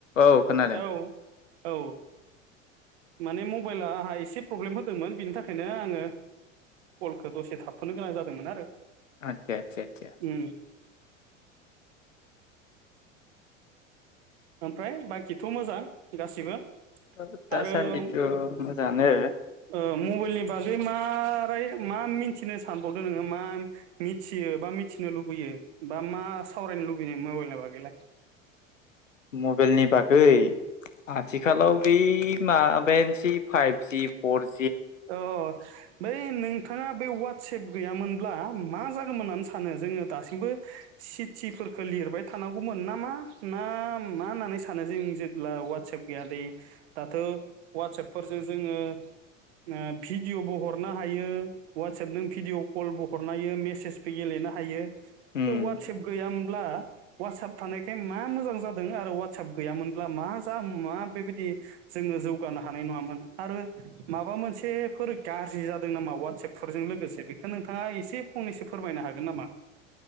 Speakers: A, on the left; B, on the right.
A: औ खोनादों
B: औ औ माने मबाइला आंहा एसे प्रब्लेम होदोंमोन बिनि थाखायनो आङो कलखौ दसे थाबथ'नो गोनां जादोंमोन आरो।
A: आतसा आतसा आतसा
B: उम ओमफ्राय बाखिथ' मोजां गासिबो
A: ओ दासान्दिथ'
B: आरो
A: मोजांयानो
B: ओ मबाइलनि बागै मारै मा राय मिथिनो सानबावदों नोङो मा मिथियो बा मिथिनो लुबैयो बा मा सावरायनो लुबैयो मबाइलनि बागैलाय
A: मबाइलनि बागै आथिखालाव बे माबायानोसै फाइभजि फरजि
B: अ बै नोंथाङा बे वा सेभ गैयामोनब्ला मा जागौमोन होनानै सानो जोङो। दासिमबो सिटिफोर खो लिरबाय थानांगौमोन नामा ना मा ना होननानै सानो जों जेब्ला वाटसाप गैया दे दाथ' वाटसापफोरजों जोङो ओ भिडिअ'बो हरनो हायो ववाटसपजों भिडिअ कलबो हरनो हायो मेसेजबो गेलेनो हायो। बे
A: उम
B: वाटसेप गैयामोनब्ला वासाप थानायखाय मा मोजां जादों आरो वा साब गैयामोनब्ला मा जा मा बेबायदि जोङो जौगानो हानाय नङामोन आरो माबा मोनस सेफोर गाज्रि जादों नामा वाटसपफोरजों लोगोसे बेखौ नोंथाङा एसे फंनैसो फोरमायनो हागोन नामा?